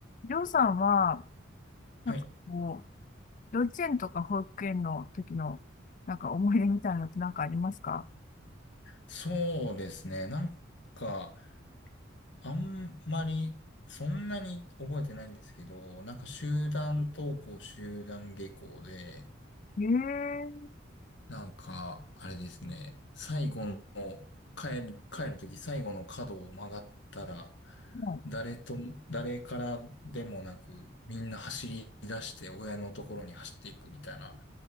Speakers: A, on the left; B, on the left.
A: りょうさんは、なんかこう、
B: はい。
A: 幼稚園とか保育園の時の、なんか思い出みたいなのってなんかありますか
B: そうですね。なんか、あんまり、そんなに覚えてないんですけど、なんか集団登校、集団下校で、
A: ええー
B: なんか、あれですね。最後の、帰る、帰るとき最後の角を曲がったら、
A: も
B: 誰と、誰からでもなく、みんな走り出して親のところに走っていくみたいな